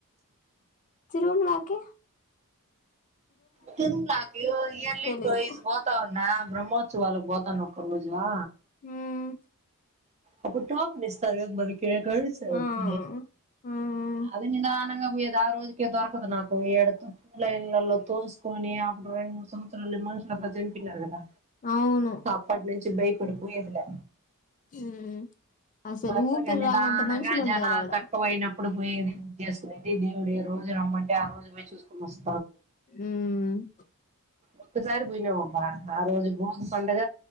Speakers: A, on the left (about 35°); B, on the right (about 30°).
A: చిరున్ మాకి
B: తిన్ మాకి ఇయర్లీ టోయిస్
A: లేదు
B: పోతావున్నా బ్రహ్మోత్సవ వాళకు బతను కొమ్మోజువా
A: మ్మ్
B: అప్పుడు టాప్ నిస్తార్ గా మనకి కడుగుడు సేవకి
A: ఆ మ్మ్
B: అది నినానంగా పోయేది ఆ రోజుకే దొరకదు నాకు ఏడుతో లే ఇళ్లలో తోస్ కొని అప్పుడు రెండు మూడు సంవత్సరాలు మనుషులు అంతా జంపినారు గదా
A: అవును
B: అప్పటి నుంచి బయ్ పడిపోయేదిలే
A: మ్మ్ అసలు
B: మగా
A: ఊపిరి
B: నిదానంగా
A: రానంత మనుషులు ఉంటారు
B: జనాలు
A: ఆడ
B: తక్కువ అయినప్పుడు పోయేది జేస్తుంది దేవుడు ఏ రోజు రమ్మంటే ఆ రోజు పోయి చూసుకుని వస్
A: ఉమ్
B: ఒక్కసారి బోయిన వమ్మా ఆ రోజు భోగి పండగ